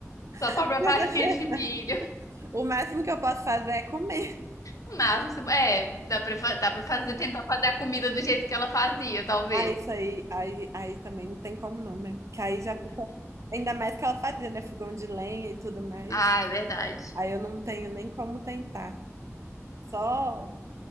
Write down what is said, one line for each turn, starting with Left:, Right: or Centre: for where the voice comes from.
Left: sua
Right: <laughs>
Left: própria <laughs> farinha de milho.
Right: O máximo que eu posso fazer é comer.
Left: O máximo, você- é, dá pra, fa- dá pra fazer, tentar fazer a comida do jeito que ela fazia, talvez.
Right: Ah, isso aí, aí, aí também não tem como não, né? Porque aí já fica. Ainda mais que ela fazia, né? Fogão de lenha e tudo mais.
Left: Ah, é verdade.
Right: Aí eu não tenho nem como tentar. Só,